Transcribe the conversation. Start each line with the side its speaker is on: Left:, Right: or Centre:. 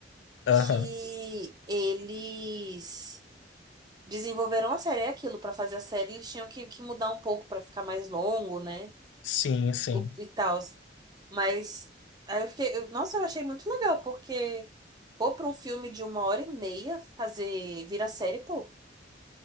Left: Aham.
Right: Que eles desenvolveram a série, é aquilo, pra fazer a série, eles tinham que, que mudar um pouco pra ficar mais longo, né?
Left: Sim, sim.
Right: O, e tal. Mas aí eu fiquei, eu- nossa, eu achei muito legal, porque pô, pra um filme de uma hora e meia fazer, virar série, pô.